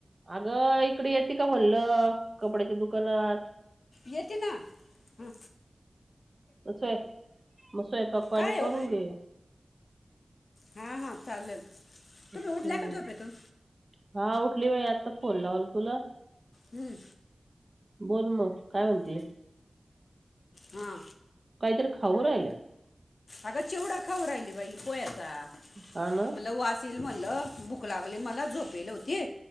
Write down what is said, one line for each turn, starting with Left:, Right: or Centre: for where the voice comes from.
Right: अगं तीकडे येते का म्हणलं कपड्याच्या दुकानात?
Left: येेते ना ह
Right: अस हाय मग सोयपाक पाणी
Left: काय हो
Right: करून घे.
Left: हा हा चालेल,
Right: हम्म,
Left: तुम्ही उठल्या का झोपेतून
Right: हा उठली बाई आता फोन लावल तुला
Left: हं,
Right: बोल मग काय म्हणते,
Left: हा
Right: काहीतरी खाऊ राहिल.
Left: अगं चिवडा खाऊ राहिली बाई पोह्याचा म्हटलं
Right: हा ना
Left: वास येईल म्हटलं, लागली मला झोपेले होती.